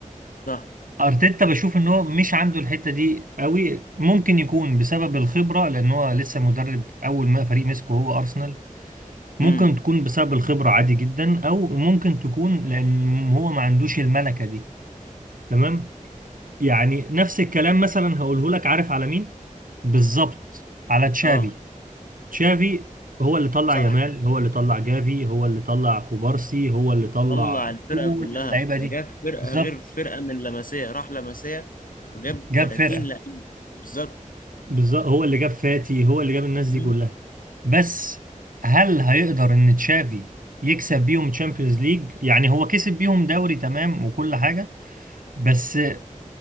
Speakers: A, on the left; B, on the right.
A: صح
B: ارتيتا بشوف ان هو مش عنده الحته دي قوي ممكن يكون بسبب الخبره لان هو لسه مدرب اول ما فريق مسكه هو ارسنال ممكن
A: امم
B: تكون بسبب الخبره عادي جدا او ممكن تكون لان هو ما عندوش الملكه دي تمام يعني نفس الكلام مثلا هقوله لك عارف على مين بالظبط على تشافي
A: آه
B: تشافي هو اللي طلع
A: صح
B: يامال هو اللي طلع جافي هو اللي طلع كوبارسي هو اللي طلع
A: طلع الفرقة
B: كل
A: كلها
B: اللعيبه
A: ده
B: دي
A: جاب فرقة
B: بالظبط
A: غير فرقة من لمسية راح لمسية وجاب
B: جاب
A: 30
B: فرقه
A: لعيب بالظبط
B: بالظبط هو اللي جاب فاتي هو اللي جاب الناس
A: مم.
B: دي كلها بس هل هيقدر ان تشافي يكسب بيهم تشامبيونز ليج يعني هو كسب بيهم دوري تمام وكل حاجه بس آه،